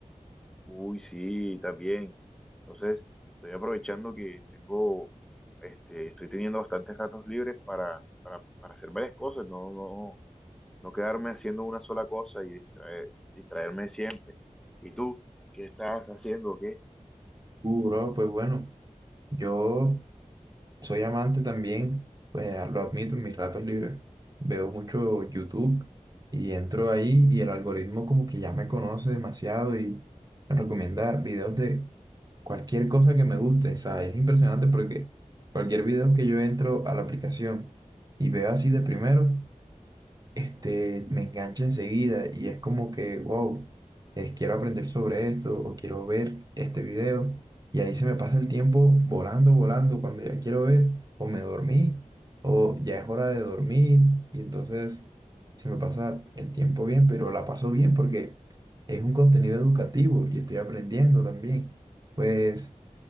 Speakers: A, in the centre; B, on the right.
A: Uy, sí, también. Entonces, estoy aprovechando que tengo, este, estoy teniendo bastantes ratos libres para, para, para hacer varias cosas, no, no, no quedarme haciendo una sola cosa y distraer- distraerme siempre. ¿Y tú, qué estás haciendo? ¿Qué?
B: Uh, bro, pues bueno, yo soy amante también, pues ah, lo admito, en mis ratos libres veo mucho YouTube y entro ahí y el algoritmo como que ya me conoce demasiado y me recomienda videos de cualquier cosa que me guste, o sea, es impresionante porque cualquier video que yo entro a la aplicación y veo así de primero, este, me engancha enseguida y es como que, wow, eh, quiero aprender sobre esto o quiero ver este video y ahí se me pasa el tiempo volando, volando cuando ya quiero ver o me dormí o ya es hora de dormir y entonces se me pasa el tiempo bien, pero la paso bien porque es un contenido educativo y estoy aprendiendo también. Pues